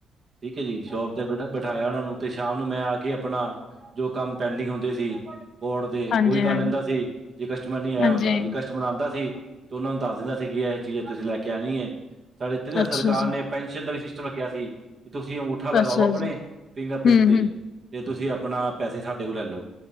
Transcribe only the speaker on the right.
ਠੀਕ ਐ ਜੀ ਸ਼ੋਪ ਤੇ ਬੈਠ ਬਠਾਇਆ ਉਨਾਂ ਨੂੰ, ਤੇ ਸ਼ਾਮ ਨੂੰ ਮੈਂ ਆ ਕੇ ਆਪਣਾ ਜੋ ਕੰਮ ਪੈਂਡਿੰਗ ਹੁੰਦੇ ਸੀ ਕੋਰਟ ਤੇ
ਉਹੀ ਕਰ
ਲੈਂਦਾ ਸੀ, ਜੇ ਕਸਟਮਰ ਨੀ ਆਇਆ
ਹੁੰਦਾ ਜੇ ਕਸਟਮਰ ਆਉਂਦਾ ਸੀ, ਤੇ ਉਹਨਾਂ ਨੂੰ ਦੱਸ ਦਿੰਦਾ ਸੀ, ਕਿ ਇਹ ਚੀਜ਼ ਤੁਸੀਂ ਲੈ ਕੇ ਆਉਣੀ ਹੈ। ਸਾਡੇ ਇੱਥੇ
ਸਰਕਾਰ
ਨੇ ਪੈਨਸ਼ਨ ਦਾ ਵੀ ਸਿਸਟਮ ਰੱਖਿਆ ਸੀ, ਵੀ ਤੁਸੀਂ ਅੰਗੂਠਾ ਲਗਾਓ
ਆਪਣੇ
ਫਿੰਗਰ ਪ੍ਰਿੰਟ
ਦੇ
ਤੇ ਤੁਸੀਂ ਆਪਣਾ ਪੈਸੇ, ਸਾਡੇ ਕੋਲੋ ਲੈ ਲਓ।